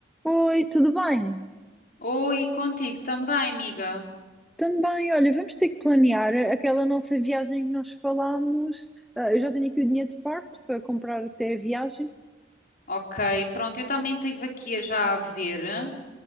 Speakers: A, in the centre; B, on the left.
A: Oi, tudo bem?
B: Oi, contigo também, amiga.
A: Também, olha, vamos ter que planear a- aquela nossa viagem que nós falámos. Ah, eu já tenho aqui o dinheiro de parte para comprar até a viagem.
B: Ok, pronto, eu também estive aqui já a ver